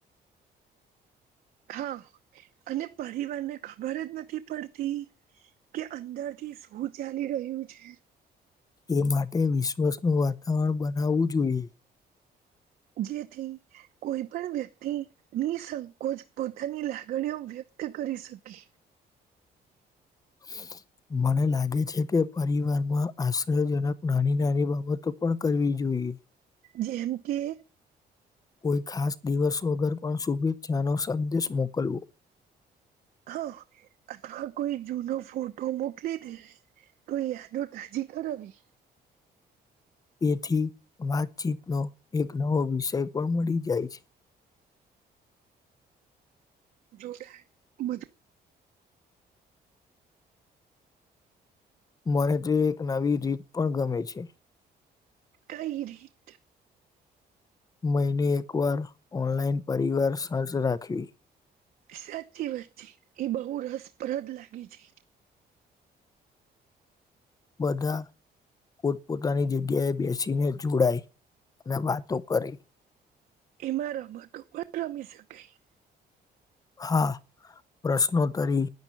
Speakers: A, on the right; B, on the left.
A: હા અને પરિવાર ને ખબર જ નથી પડતી કે અંદરથી શું ચાલી રહ્યું છે.
B: એ માટે વિશ્વાસનું વાતાવરણ બનાવવું જોઈએ.
A: જેથી કોઈ પણ વ્યક્તિ નિસંકોચ પોતાની લાગણીઓ વ્યક્ત ત કરી શકે
B: હ મને લાગે છે કે પરિવારમાં આશ્ચર્યજનક નાની નાની બાબતો પણ કરવી જોઈએ. હ
A: જેમ કે.
B: કોઈ ખાસ દિવસ વગર પણ શુભેચ્છાનો સંદેશ મોકલવો.
A: હા અથવા કોઈ જૂનો ફોટો મોકલી દે. તો યાદો તાજી કરવી
B: એથી વાતચીતનો એક નવો વિષય પણ મળી જાય છે.
A: જોડા બધું
B: મને જે એક નવી રીત પણ ગમે છે.
A: કઈ રીત
B: મહિને એક વાર ઓનલાઈન પરિવાર સાંજ રાખવી.
A: સાચી વાત છે, એ બહુ રસપ્રદ લાગી છે.
B: બધા પોતપોતાની જગ્યાએ બેસીને જોડાઈ ને વાતો કરે
A: એમાં રમતો પણ રમી શકાય.
B: હા પ્રશ્નોતરી,